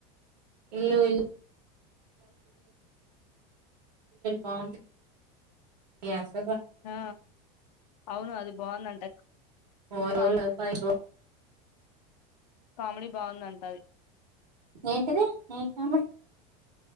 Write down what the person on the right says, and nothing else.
ఇల్లుల్య బాగుది ఇగ
<unintelligible>
ఏంటది ఏం <inaudible>